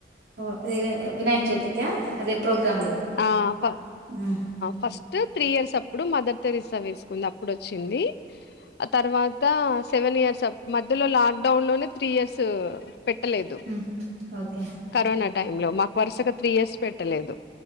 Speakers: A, on the right (about 70°); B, on the left (about 60°).
A: ఓ ఇదే దే వినాయక చవితిక అదే ప్రోగ్రామ్లు
B: ఆ ఫ
A: హ్మ్
B: ఫస్ట్ త్రీ ఇయర్స్ అప్పుడు మదర్ థెరిస్సా వేసుకుంది. అప్పుడు వచ్చింది. ఆ తర్వాత సెవెన్ ఇయర్స్ సప్ మధ్యలో లాక్డౌన్ లోనే త్రీ ఇయర్స్ పెట్టలేదు
A: హ్మ్ ఓకే
B: కరోనా అన్ టైం లో మాకు వరుసగా త్రీ ఇయర్స్ పెట్టలేదు.